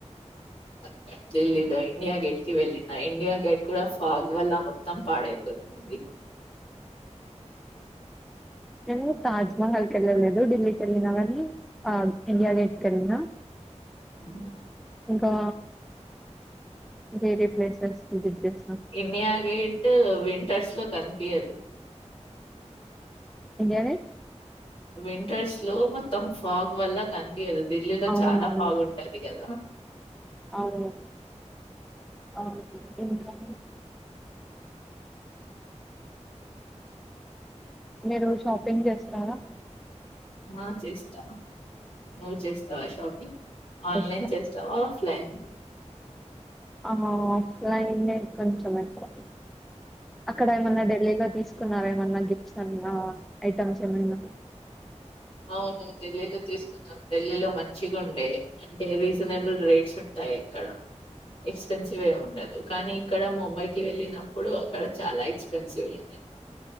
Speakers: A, on the left; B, in the centre.
A: అఓకే ఢిల్లీ లో ఇండియా గేట్ కి వెళ్ళిన ఇండియా గేట్ కూడా ఫాగ్ వల్ల మొత్తం పాడైపోతుంది
B: నేను తాజ్మహల్ క వెళ్ళలేదు ఢిల్లీకి వెళ్ళినా కాని ఆ ఇండియా గేట్క వెళ్ళినా
A: <inaudible>
B: ఇంకా వేరే ప్లేసెస్ విజిట్ చేస్తా
A: ఇండియా గేట్ వింటర్స్ లో కనిపియదు
B: యాంగేనే
A: వింటర్స్ లో మొత్తం ఫాగ్ వల్ల కనిపించదు ఢిల్లీలో
B: అవునవును
A: చాలా ఫాగ ఉంటది కదా
B: అవును అవును ఇంకా మీరు షాపింగ్ చేస్తారా
A: ఆ చేస్తా నువ్వు చేస్తావా షాపింగ్ ఆన్లైన్
B: చేస్తా
A: చేస్తావా ఆఫ్ఫ్లిన్
B: ఆ ఆఫ్లైన్ కొంచం అట్లా అక్కడ ఏమన్నా ఢిల్లీలో తీసుకు కున్నార ఏమన్నా గిఫ్ట్స్ అ ఐటమ్స్ ఏమనా
A: అవును ఢిల్లీలో తీసుకుంనం ఢిల్లీలో మంచిగా ఉండే అంటే రీజనబుల్ రేట్స్ ఉంటాయి ఎక్కడ ఎక్స్పెన్సివ్ ఉండదు కానీ ఇక్కడ ముంబైకి వెళ్ళినప్పుడు అక్కడ చాలా ఎక్స్పెన్సివ్ ఉండేది <inaudible>